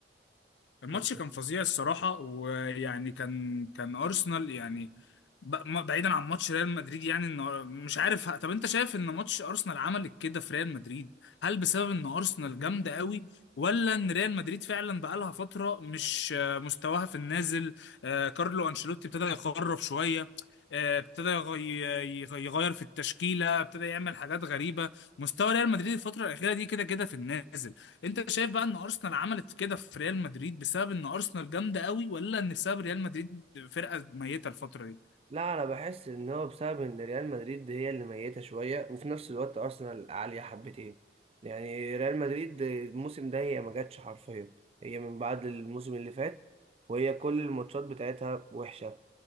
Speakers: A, on the left; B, on the right.
A: الماتش
B: كان
A: كان فظيع الصراحة ويعني كان كان أرسنال يعني ب- ما- بعيدا عن ماتش ريال مدريد يعني إن مش عارف طب أنت شايف إن ماتش أرسنال عمل كده في ريال مدريد هل بسبب إن أرسنال جامدة قوي ولا إن ريال مدريد فعلا بقالها فترة مش آه، مستواها في النازل آه، كارلو أنشيلوتي ابتدى يخرف شوية آه، ابتدى يغ- يغ- يغير في التشكيلة ابتدى يعمل حاجات غريبة مستوى ريال مدريد الفترة الأخيرة دي كده كده في النازل انت شايف بقى ان ارسنال عملت كده في ريال مدريد بسبب ان ارسنال جامده قوي ولا ان بسبب ريال مدريد فرقه ميته الفتره دي
B: لا انا بحس ان هو بسبب ان ريال مدريد هي اللي ميته شويه وفي نفس الوقت ارسنال عاليه حبتين يعني ريال مدريد الموسم ده هي ما جاتش حرفيا هي من بعد الموسم اللي فات وهي كل الماتشات بتاعتها وحشه